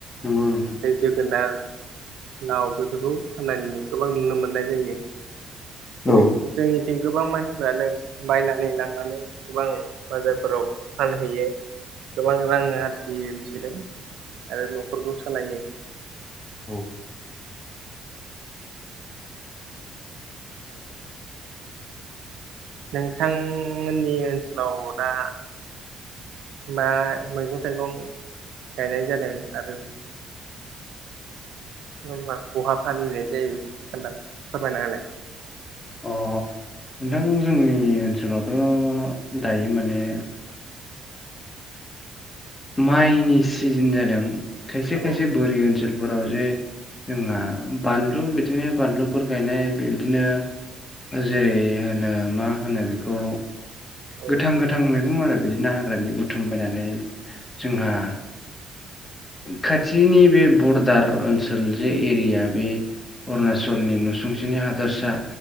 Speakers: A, on the left; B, on the right.
A: नंगौ नोंथां
B: जोगोनार लाव बेफोरखौ फाननानै गोबां नुनो मोननाय जायो। जेरै
A: औ
B: जोंनिथिं गोबां मानसिफ्रानो बायनानै लांनानै गोबां बाजारफोराव फानहैयो। गोबां रां आरजियो बिसोरो आरो न'खरखौ सालायो।
A: औ
B: नोंथांमोननि ओनसोलाव दा मा मैगं थाइगं गायनाय जादों आरो ओमबा बहा फानहैनाय जायो बे खोनथा फोरमायनाहोलाय?
A: अ नोंथां जोंनि ओनसोलावथ' दायो माने माइनि सिजोन जादों खायसे
B: औ
A: खायसे बोरि ओनसोल फोराव जे जोंहा बानलु बिदिनो बानलुफोर गायनाय बिबदिनो जेरै होनो मा होनो बेखौ
B: औ
A: गोथां गो थां मैगं आरो बिदिनो हाग्रानि बुथुम बायनानै जोंहा खाथिनि बे बरदार ओनसोल जे एरिया बे अरुणाचलनि नुसुंसेनि हादरसा